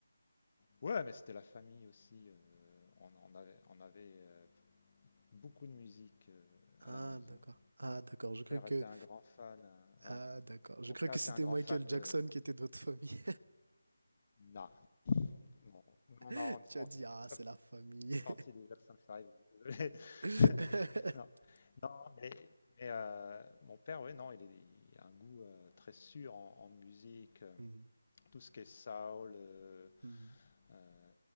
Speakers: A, on the left (about 40°); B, on the right (about 70°).
A: Ouais, mais c'était la famille aussi. euh, on, on avait, on avait euh, beaucoup de musique euh,
B: Ah,
A: à la maison.
B: d'accord.
A: Mon
B: Ah, d'accord. Je crois
A: père
B: que
A: était un grand fan. hein,
B: Ah,
A: ouais.
B: d'accord. Je
A: Mon
B: crois
A: père
B: que
A: était
B: c'était
A: un grand
B: Michael
A: fan de.
B: Jackson qui était de votre famille.
A: Non, non,
B: <laughs>
A: non, non,
B: Tu
A: on
B: as
A: on
B: dit,
A: fait
B: ah,
A: pas
B: c'est la famille.
A: partie des Jackson 5. désolé.
B: <laughs>
A: <laughs> Non, non, mais, mais, euh, mon père, oui, non, il, est- il a un goût euh, très sûr en, en musique. euh,
B: Mhm,
A: Tout ce qui est soul, euh,
B: mhm,
A: euh,